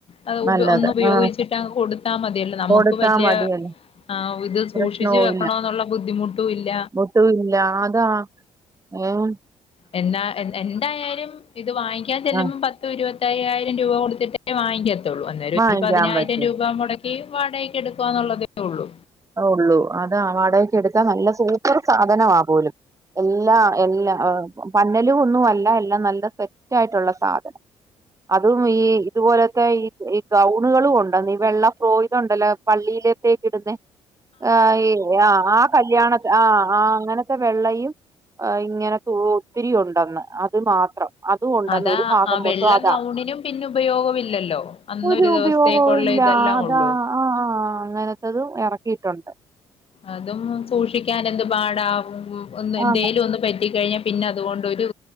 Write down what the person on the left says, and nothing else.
അത്
ഉപ ഒന്ന് ഉപയോഗിച്ചിട്ട്
അങ്ങ് കൊടുത്താ മതിയല്ലോ. നമുക്ക്
വല്ല്യ
ആഹ് ഇത് സൂക്ഷിച്ചു
വെക്കണോന്നുള്ള ബുദ്ധിമുട്ടും ഇല്ല.
എന്നാ എൻ എന്തായാലും ഇത് വാങ്ങിക്കാൻ ചെല്ലുമ്പോ
പ ത്ത് ഇരുവത്തയ്യായിരം രൂപ കൊടുത്തിട്ടേ വാങ്ങിക്കത്തുള്ളൂ. അന്നേരം
ഒരു പതിനായിരം
രൂപ മൊട ഈ വാടകക്ക് എടുക്കുകാന്നുള്ളതേ ഉള്ളൂ.
അതാ,
ആ വെള്ള
ഗൗണിനും പിന്നെ ഉപയോഗമില്ലല്ലോ, അന്നൊരു
ദിവസത്തേക്കുള്ള
ഇതെല്ലാം
ഉള്ളൂ
അതും സൂക്ഷിക്കാൻ എന്ത് പാടാ. എന്തേലും
ഒന്ന് പറ്റിക്കഴിഞ്ഞാ പിന്നെ അതുകൊണ്ട് ഒരു,